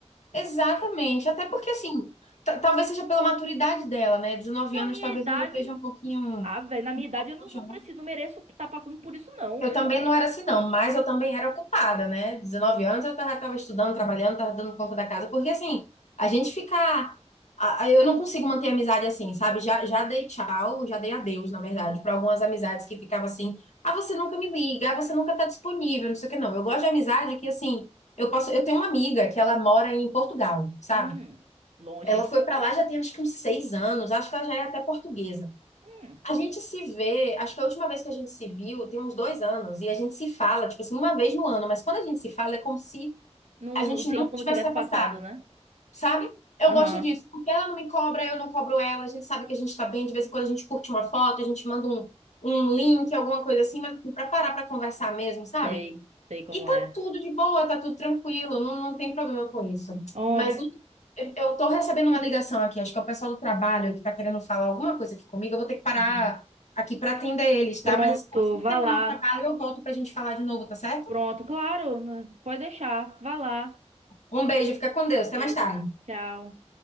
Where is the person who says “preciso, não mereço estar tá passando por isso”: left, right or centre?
Right